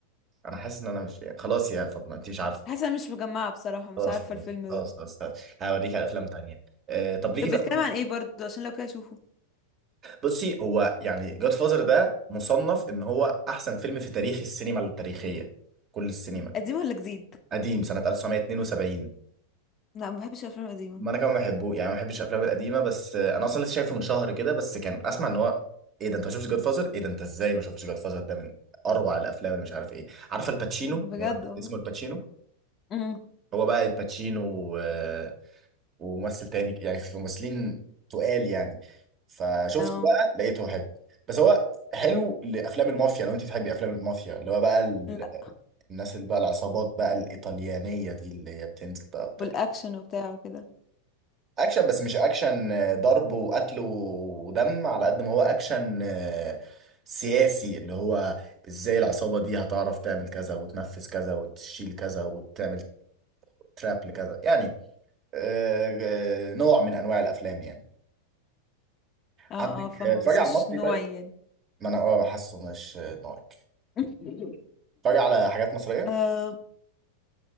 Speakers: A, on the right (about 35°); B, on the left (about 35°).
A: انا حاسس ان انا مش يعني خلاص يا فاطمه انت مش عارفه
B: حاسه أنا مش مجمعه بصراحه مش
A: خلاص
B: عارفه
A: خلاص
B: الفيلم ده
A: خلاص خلاص خلاص. هوريك على افلام تانية آه، طب ليكي
B: طب
A: في
B: بيتكلم
A: افلام
B: عن ايه برضو عشان لو كده اشوفه
A: بصي هو يعني جاد فازر ده مصنف ان هو احسن فيلم في تاريخ السينما التاريخيه كل السينما
B: قديم ولا جديد
A: قديم سنه 1972
B: لا ما بحبش الافلام القديمه
A: ما انا كمان بحبه يعني ما بحبش الافلام القديمه بس آه، انا اصلا لسه شايفه من شهر كده بس كان اسمع ان هو ايه ده انت ما شفتش جاد فازر ايه ده انت ازاي ما شفتش جاد فازر ده من اروع الافلام اللي مش عارف ايه عارفه الباتشينو
B: بجد
A: ممثل
B: والله
A: اسمه الباتشينو
B: امم
A: هو بقى الباتشينو آه، وممثل تاني يعني في ممثلين تقال يعني فشفت
B: اه
A: بقى لقيته حلو بس هو حلو لافلام المافيا لو انت بتحبي افلام المافيا اللي هو بقى ال-
B: لا
A: الناس اللي بقى العصابات بقى الايطاليانيه دي اللي هي بتنزل بقى وتعمل
B: والاكشن وبتاع وكده
A: اكشن بس مش اكشن آه، ضرب وقتل ودم على قد ما هو اكشن آه، سياسي اللي هو ازاي العصابة دي هتعرف تعمل كذا وتنفذ كذا وتشيل كذا وتعمل تراب لكذا يعني آه، آه، نوع من انواع الافلام يعني
B: اه
A: عندك
B: اه فاهمه
A: آه، اتفرج
B: بس
A: على
B: مش
A: المصري
B: نوعي
A: طيب
B: يعني
A: ما انا اه حاسه مش آه، نوعك
B: <laughs>
A: اتفرج على حاجات مصرية
B: اه